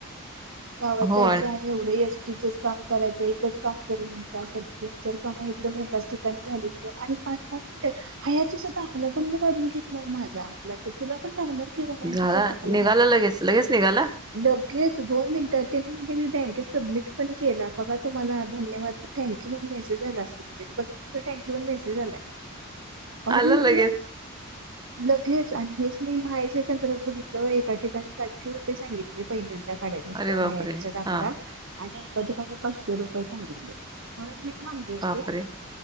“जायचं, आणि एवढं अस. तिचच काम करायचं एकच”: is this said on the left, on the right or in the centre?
Right